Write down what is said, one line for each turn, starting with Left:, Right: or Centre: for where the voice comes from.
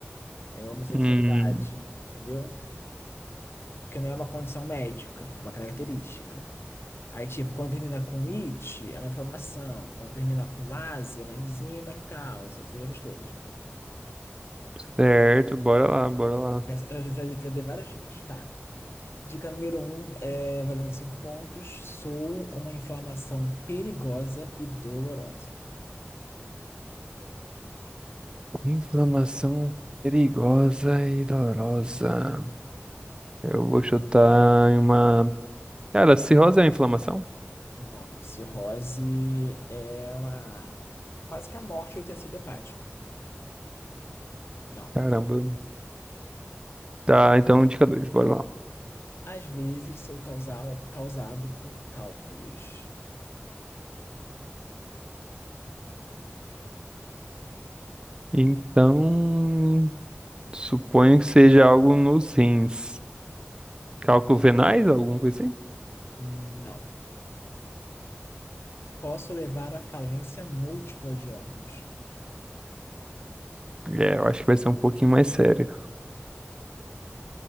Left: É homossexualidade,
Right: Hum,
Left: entendeu? Porque não é uma condição médica, é uma característica. Aí, tipo, quando termina com it, é uma inflamação. Quando termina com ase, é uma enzima que causa, entendeu? Essas coisas.
Right: certo, bora lá, bora lá.
Left: Pensa- eu já, já dei várias dicas, tá? Dica número um, é, valendo cinco pontos. Sou uma inflamação perigosa e dolorosa.
Right: Inflamação perigosa e dolorosa. Eu vou chutar em uma. Cara, cirrose é inflamação?
Left: Não, cirrose é uma. É quase que a morte do tecido hepático. Não.
Right: Caramba. Tá, então dica dois, bora lá.
Left: Às vezes sou causado, causado por cálculos.
Right: Então, suponho que seja algo nos rins. Cálculo venais, alguma coisa assim?
Left: Não. Posso levar à falência múltipla de órgãos.
Right: É, eu acho que vai ser um pouquinho mais sério.